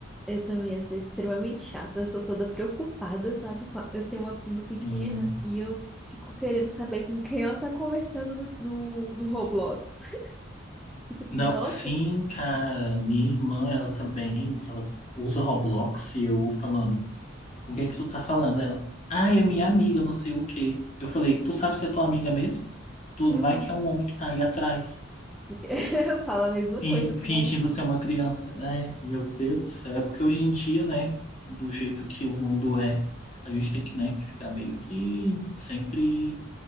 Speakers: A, in the centre; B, on the left.
A: Eu também ia ser extremamente chata. Eu sou toda preocupada, sabe? com a- Eu tenho uma prima
B: Sim.
A: pequena e eu fico querendo saber com quem ela tá conversando no, no, no Roblox. <laughs> Fico,
B: Não,
A: nossa.
B: sim, cara. Minha irmã, ela também, ela usa Roblox e eu falando, com quem que tu tá falando? Ela, ah, é minha amiga, não sei o quê. Eu falei, tu sabe se é tua amiga mesmo? Tu
A: Uhum.
B: vai que é um homem que tá aí atrás.
A: <laughs> Eu falo a mesma
B: Fin-
A: coisa pra
B: Fingindo
A: ela.
B: ser uma criança. É, meu Deus do céu. É porque hoje em dia, né, do jeito que o mundo é, a gente tem que, né, que ficar meio que sempre